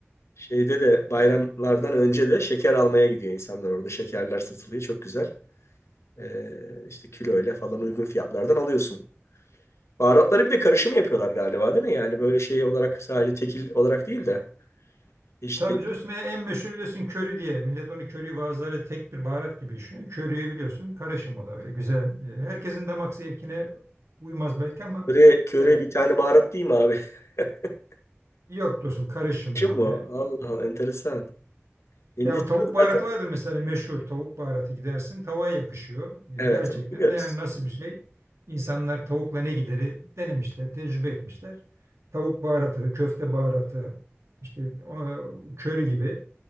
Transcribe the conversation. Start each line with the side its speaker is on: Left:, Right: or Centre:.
Left: Şeyde de bayramlardan önce de şeker almaya gidiyor insanlar orada. Şekerler satılıyor. Çok güzel. Ee, işte kiloyla falan uygun fiyatlardan alıyorsun. Baharatları bir de karışımı yapıyorlar galiba değil mi? Yani böyle şey olarak sadece tekil olarak değil de işte
Right: Tabii Cosme'ye en meşhur biliyorsun köri diye. Millet onu köriyi bazıları tek bir baharat gibi düşünüyor. Köriyi biliyorsun karışım o da öyle güzel. E, Herkesin damak zevkine uymaz belki ama
Left: köre, köre
Right: yani
Left: bir tane baharat değil mi abi? <laughs>
Right: yok dostum karışım
Left: Karışım
Right: böyle.
Left: mı? o? Allah Allah enteresan. Hindistan
Right: Ya bu tavuk baharatı
Left: zaten
Right: vardır mesela meşhur tavuk baharatı gidersin tavuğa yakışıyor. E,
Left: evet
Right: Gerçekten
Left: biliyoruz.
Right: de yani nasıl bir şey? İnsanlar tavukla ne gideri denemişler, tecrübe etmişler. Tavuk baharatı, köfte baharatı, işte o, köri gibi